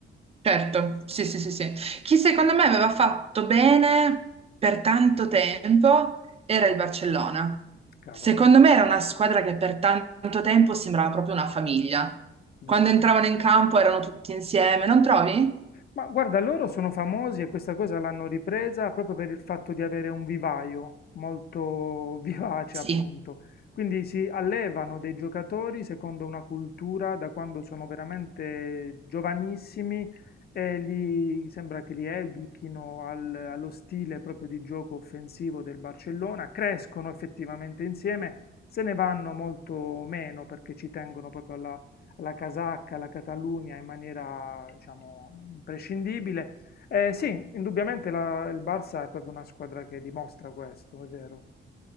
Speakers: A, on the right; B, on the left.
A: Certo, sì, sì, sì, sì. Chi secondo me aveva fatto bene per tanto tempo era il Barcellona.
B: cavolo,
A: Secondo me era una squadra che per tanto tempo sembrava proprio una famiglia.
B: vero.
A: Quando entravano in campo erano tutti insieme, non trovi?
B: Ma guarda, loro sono famosi e questa cosa l'hanno ripresa proprio per il fatto di avere un vivaio molto <laughs> vivace,
A: Sì,
B: appunto. Quindi si allevano dei giocatori secondo una cultura da quando sono veramente giovanissimi e gli sembra che li educhino al- allo stile proprio di gioco offensivo del Barcellona, crescono effettivamente insieme, se ne vanno molto meno perché ci tengono proprio alla la casacca, la Catalunya in maniera, diciamo, imprescindibile. Eh, sì, indubbiamente la- il Barça è proprio una squadra che dimostra questo, è vero.